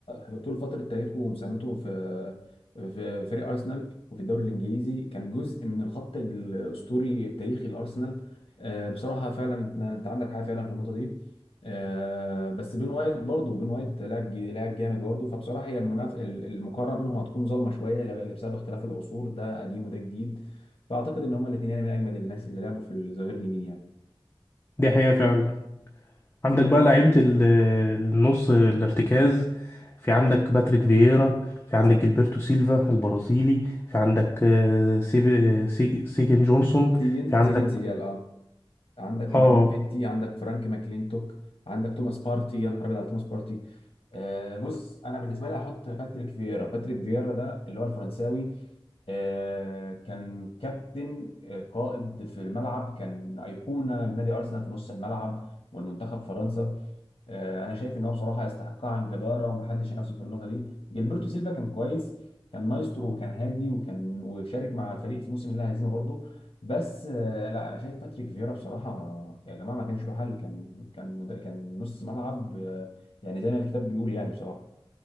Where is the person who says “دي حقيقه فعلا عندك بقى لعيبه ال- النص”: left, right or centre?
Left